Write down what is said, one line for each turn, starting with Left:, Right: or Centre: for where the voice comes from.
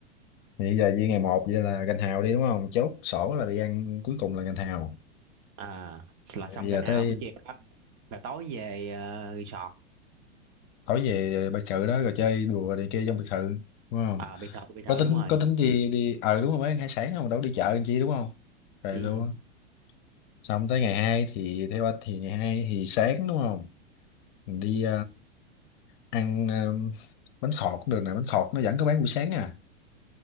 Left: thì bây giờ với ngày một vậy là gành hào đi đúng không chốt sổ là đi ăn cuối cùng là gành hào
Right: à là
Left: Thì
Right: xong
Left: bây
Right: gành
Left: giờ
Right: hào
Left: tới
Right: buổi chiều đó là tối về uh, resort
Left: tối về biệt thự đó rồi chơi đùa này kia trong biệt thự đúng không
Right: à biệt thự biệt thự
Left: có tính
Right: đúng rồi
Left: có tính đi đi ờ đúng rồi mấy ăn hải sản không đâu đi chợ làm chi đúng không về
Right: ừ.
Left: luôn xong tới ngày hai thì theo anh thì ngày hai thì sáng đúng không mình đi ăn ờ, bánh khọt cũng được nè bánh khọt nó vẫn có bán buổi sáng à